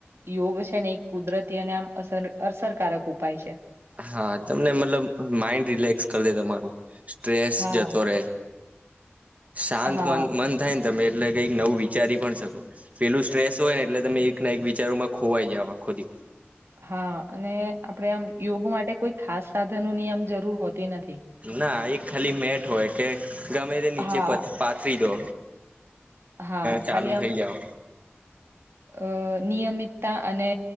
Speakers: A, on the right; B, on the right.
A: યોગ છે ને એક કુદરતી અને આમ અ અસરકારક ઉપાય છે.
B: હા તમને મતલબ માઇન્ડ રિલેક્સ કરી દે તમારું. ટ્રેસ
A: હા
B: જતોરે. શાંત
A: હા
B: મન મન થાય ને તમે એટલે કઈક નવું વિચારી પણ શકો, પેલું સ્ટ્રેસ હોય ને એટલે તમે એક ના એક વિચારોમાં ખોવાઈ જઓ આખો દી.
A: હા અને આપડે આમ યોગ માટે કોઈ ખાસ સાધનોની આમ જરૂર હોતી નથી.
B: ના એક ખાલી મેટ હોય કે ગમે તે નીચે
A: હા
B: પાથરી દો.
A: હા
B: ચાલુ
A: ખાલી આમ
B: થઇ જાવ.
A: અ નિયમિતતા અને